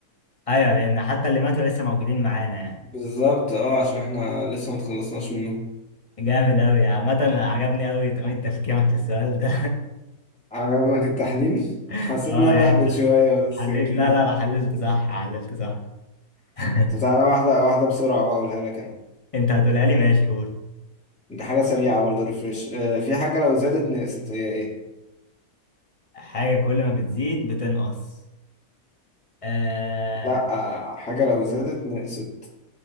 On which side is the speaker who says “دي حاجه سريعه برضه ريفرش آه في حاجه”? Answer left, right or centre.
Centre